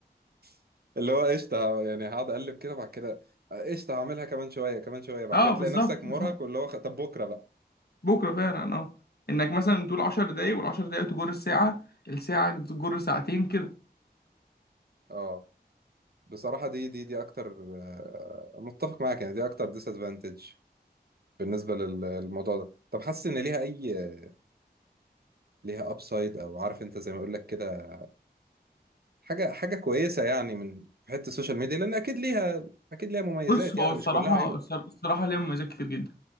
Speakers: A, on the right; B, on the left.
A: <laughs> اللي هو قشطه يعني هقعد اقلب كده بعد كده قشطه هعملها كمان شويه كمان شويه بعد
B: اه
A: كده
B: بالظبط
A: تلاقي نفسك مرهق
B: بالظبط
A: واللي هو خ- طب بكره بقى
B: بكرة فعلا اه انك مثلا تقول 10 دقايق والعشر دقايق تجر الساعة الساعة تجر ساعتين كده
A: اه بصراحه دي دي دي اكتر آه، متفق معاك يعني دي اكتر ديس ادفانتج بالنسبه لل- للموضوع ده طب حاسس ان ليها اي ليها ابسايد او عارف انت زي ما اقول لك كده حاجة حاجة كويسة يعني من في حتة السوشيال ميديا لأن أكيد ليها أكيد ليها مميزات
B: بص هو
A: يعني
B: الصراحة
A: مش كلها عيوب
B: الصراحة ليها مميزات كتير جدا